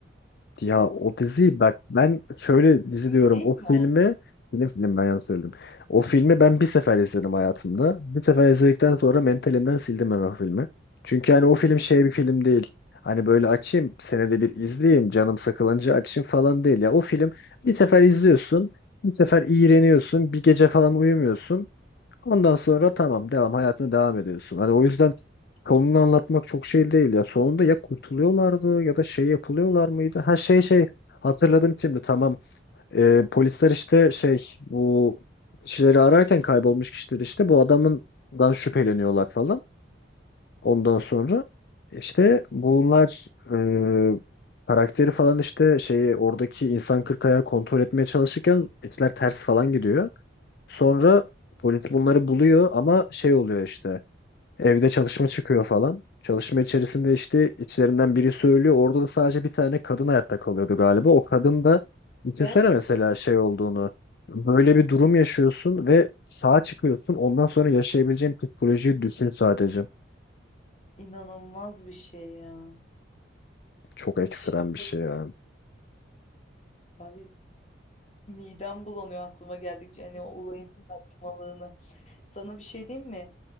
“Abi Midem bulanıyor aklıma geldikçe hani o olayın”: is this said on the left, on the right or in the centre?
Left